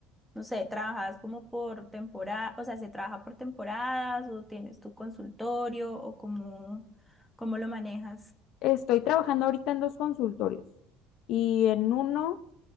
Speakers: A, in the centre; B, on the left.
A: no sé, trabajas como por temporada, o sea, se trabaja por temporadas o tienes tu consultorio o cómo, cómo lo manejas.
B: Estoy trabajando ahorita en dos consultorios y en uno